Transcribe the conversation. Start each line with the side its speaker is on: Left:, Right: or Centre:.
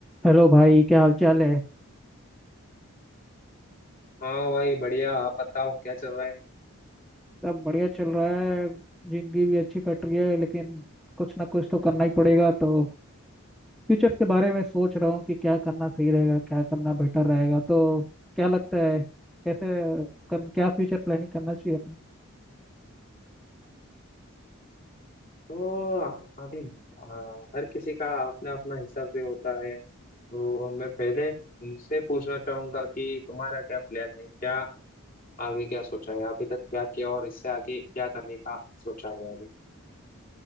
Centre: हेलो भाई क्या हाल चाल है
Left: हाँ भाई बढ़िया आप बताओ क्या चल रहा है
Centre: सब बढ़िया चल रहा है जिंदगी भी अच्छी कट रही है लेकिन कुछ ना कुछ तो करना ही पड़ेगा तो फ्यूचर के बारे में सोच रहा हूँ कि क्या करना सही रहेगा क्या करना बेटर रहेगा तो क्या लगता है कैसे कर, क्या फ्यूचर प्लानिंग करना चाहिए अपन
Left: तो आ- अभी आ, हर किसी का अपना अपना हिसाब भी होता है तो मैं पहले तुमसे पूछना चाहूंगा कि तुम्हारा क्या प्लान है क्या आगे क्या सोचा है अभी तक क्या किया और इससे आगे क्या करने का सोचा है अभी